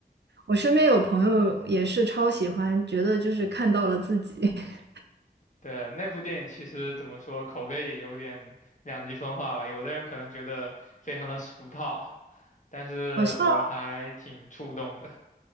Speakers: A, on the right; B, on the left.
A: 我身边有朋友也是超喜欢，觉得就是看到了自己。<laughs>
B: 对，那部电影其实怎么说，口碑也有点两极分化吧，有的人可能觉得非常的俗套，但是我还挺触动的。
A: 好像